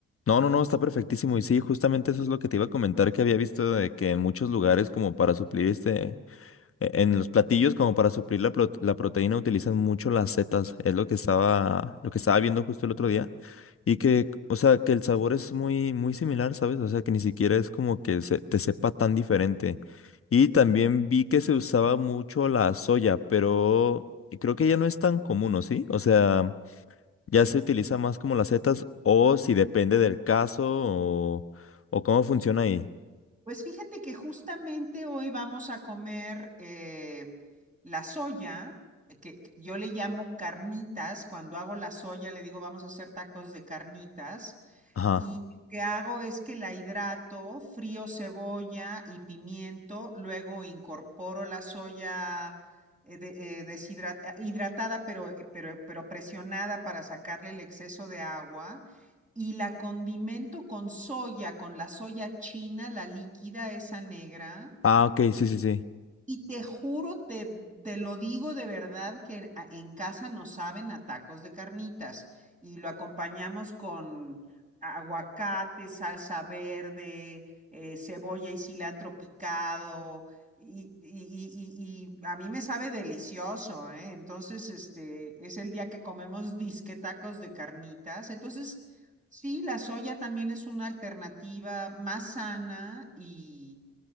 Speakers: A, on the left; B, on the right.
A: No, no, no, está perfectísimo. Y sí, justamente eso es lo que te iba a comentar que había visto de que en muchos lugares como para suplir este, e- En los platillos, como para suplir la, pro- la proteína, utilizan mucho las setas. Es lo que estaba, lo que estaba viendo justo el otro día. Y que, o sea, que el sabor es muy, muy similar, ¿sabes? O sea, que ni siquiera es como que se, te sepa tan diferente. Y también vi que se usaba mucho la soya, pero creo que ya no es tan común, ¿o sí? O sea, ya se utiliza más como las setas, o si depende del caso, o, o cómo funciona ahí.
B: Pues fíjate que justamente hoy vamos a comer eh, la soya, eh, que que yo le llamo carnitas. Cuando hago la soya, le digo, vamos a hacer tacos de carnitas.
A: Ajá.
B: Y lo que hago es que la hidrato, frío cebolla y pimiento, luego incorporo la soya eh, de- eh, deshidrat- eh, hidratada, pero, eh, pero, pero presionada para sacarle el exceso de agua, y la condimento con soya, con la soya china, la líquida, esa negra.
A: Ah, ok, sí, sí, sí.
B: Y te juro, te, te lo digo de verdad, que en, a- en casa nos saben a tacos de carnitas y lo acompañamos con aguacate, salsa verde, eh, cebolla y cilantro picado. Y, y- y- y- y a mí me sabe delicioso, ¿eh? Entonces, este es el día que comemos disque tacos de carnitas. Entonces, sí, la soya también es una alternativa más sana y